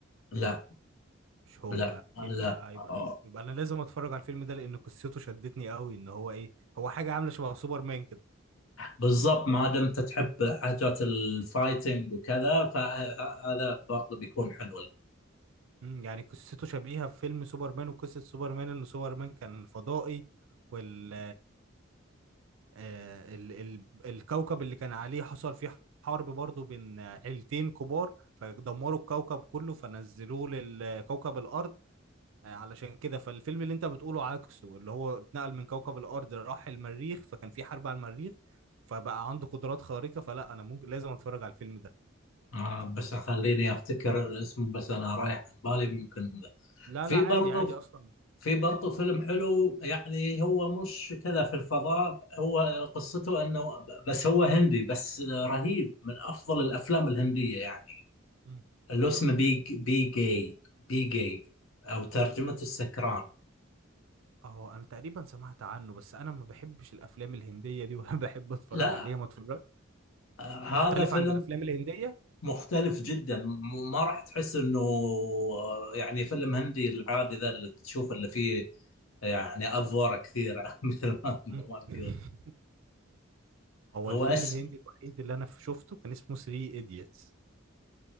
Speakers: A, on the left; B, on the right.
A: لا
B: مش هو
A: لا,
B: لا
A: لا.
B: يبقى يبقى
A: آه.
B: يبقى, يبقى انا لازم اتفرج على الفيلم ده لان قصته شدتني قوي ان هو ايه هو حاجه عامله شبه سوبرمان كده
A: بالضبط ما دمت تحب حاجات الفايتنج وكذا فهذا برضه بيكون حلو
B: امم يعني قصته شبيهه بفيلم سوبرمان وقصه سوبرمان ان سوبرمان كان فضائي وال آه، ال ال الكوكب اللي كان عليه حصل فيه حرب برضو بين آه، عيلتين كبار فدمروا الكوكب كله فنزلوه لكوكب الأرض آه، علشان كده فالفيلم اللي انت بتقوله عكسه اللي هو اتنقل من كوكب الأرض راح المريخ فكان في حرب على المريخ فبقى عنده قدرات خارقة فلا انا ممكن لازم اتفرج على الفيلم ده
A: آه بس خليني افتكر الاسم بس انا رايح عن بالي ممكن ذا.
B: لا
A: في
B: لا عادي
A: برضه
B: عادي اصلا
A: في برضه فيلم حلو يعني هو مش كذا في الفضاء هو قصته انه بس هو هندي بس رهيب من افضل الافلام الهندية يعني
B: مم.
A: اللي اسمه بي بي جاي بي جاي او ترجمة السكران
B: اه انا تقريبا سمعت عنه بس انا ما بحبش الافلام الهندية دي ولا <laughs> بحب اتفرج
A: لا
B: عليها ما اتفرج
A: آه، هذا
B: مختلف
A: فيلم
B: عن الافلام الهندية
A: مختلف جدا م- ما راح تحس انه آه، يعني فيلم هندي العادي ذا اللي تشوف اللي فيه يعني افواره كثيره <laughs> مثل ما ما
B: مم.
A: نقول
B: <laughs> هو
A: هو
B: الفيلم
A: اسم
B: الهندي الوحيد اللي انا شفته كان اسمه 3 ايديتس